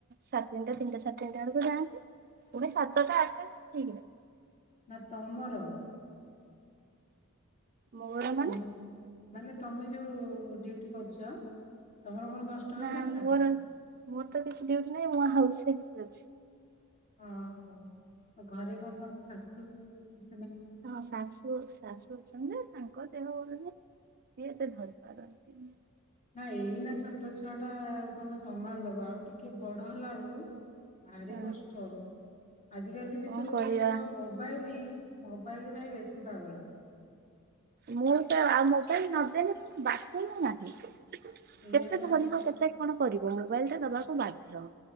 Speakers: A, on the right (about 45°); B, on the left (about 35°).
A: ସାଢେ଼ ତିନିଟା ତିନିଟା ସାଢେ଼ ତିନିଟା ବେଳକୁ ଯାଆନ୍ତି। ପୁଣି ସାତଟା ଆଠଟା ସେ ଠିକ୍ ନାହିଁ।
B: ନା ତମର?
A: ମୋର
B: ତମ
A: ମାନେ
B: ମାନେ ତମେ ଯୋଉ ଡ୍ୟୁଟି କରୁଛ? ତମର କଣ ଦଶଟାରୁ
A: ନା
B: ଚାରିଟା
A: ମୋର ମୋର ତ କିଛି ଡିୟୁଟି ନାହିଁ ମୁଁ ହାଉସୱାଇଫ୍। ଆଛା।
B: ଓହୋ ଘରେ କଣ ତମ ଶାଶୁ-ଉ-ଉ-ଉ
A: ହଁ ଶାଶୁ ଶାଶୁ ଅଛନ୍ତି ଯେ ତାଙ୍କ ଦେହ ଭଲ ନାହିଁ ସିଏ ଏତେ ଧରି ପାରନ୍ତିନି।
B: ନା ଏଇ ନା ଛୋଟ ଛୁଆ ଟା ତମେ ସମ୍ଭାଳିଦବ ଆଉ ଟିକେ ବଡ ହେଲା ବେଳକୁ ଭାରି
A: ହଁ
B: କଷ୍ଟ। ଆଜିକାଲି
A: କଣ
B: ବି ସବୁ
A: କରିବା
B: ଯୋଉ ଛୁଆ ମୋବାଇଲି ମୋବାଇଲ ପାଇଁ ବେଶୀ ପାଗଳ।
A: ମୁଁ ତ ଆଉ ମୋବାଇଲ ନଦେଲେ ତ ବାଟ ହଁିନାହିଁ। କେତେ
B: ଏଇଆ ବା
A: ଧରିବ କେତେ? କଣ କରିବ ମୋବାଇଲି ଟା ଦବାକୁ ବାଧ୍ୟ।